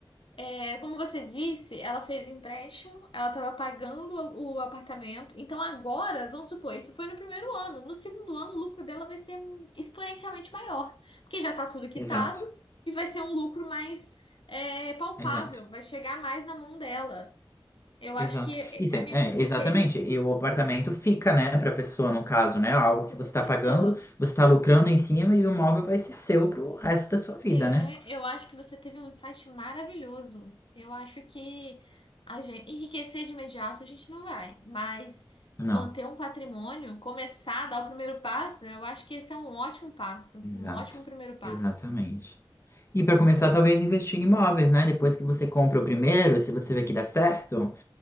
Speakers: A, on the left; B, on the left.
A: É, como você disse, ela fez empréstimo, ela estava pagando o o apartamento. Então agora, vamos supor, isso foi no primeiro ano. No segundo ano, o lucro dela vai ser exponencialmente maior, porque já está tudo quitado
B: Exato,
A: e vai ser um lucro mais é, palpável,
B: exato.
A: vai chegar mais na mão dela. Eu acho
B: Exato.
A: que, é,
B: Isso é,
A: amigo,
B: é,
A: você
B: exatamente.
A: teve
B: E o apartamento fica, né, para a pessoa, no caso, né? Algo
A: dica
B: que você
A: para
B: está
A: pessoa.
B: pagando, você está lucrando em cima e o imóvel vai ser seu para o resto da sua vida,
A: É,
B: né?
A: eu acho que você teve um insight maravilhoso. Eu acho que a gente enriquecer de imediato a gente não vai, mas
B: Não.
A: manter um patrimônio, começar a dar o primeiro passo, eu acho que esse é um ótimo passo,
B: Exato,
A: um ótimo primeiro passo.
B: exatamente. E para começar, talvez investir em imóveis, né? Depois que você compra o primeiro, se você vê que dá certo,